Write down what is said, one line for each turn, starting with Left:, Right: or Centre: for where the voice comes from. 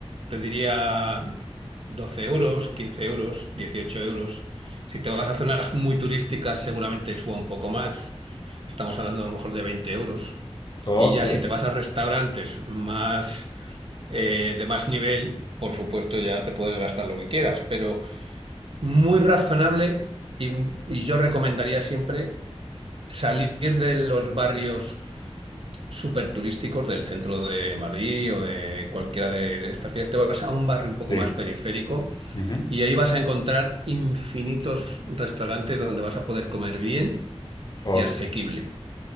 Right: te diría, 12 euros, 15 euros, 18 euros. Si te vas a zonas muy turísticas, seguramente suba un poco más. Estamos hablando a lo mejor de 20 euros.
Left: ok,
Right: Y ya si te vas a restaurantes más, eh, de más nivel, por supuesto ya te puedes gastar lo que quieras, pero muy razonable y, y yo recomendaría siempre salir de los barrios súper turísticos del centro de Madrid o de cualquiera de estas ciudades. Te vas a un barrio un poco
Left: sí.
Right: más periférico
Left: Ujú.
Right: y ahí vas a encontrar infinitos restaurantes donde vas a poder comer bien
Left: Ok.
Right: y asequible.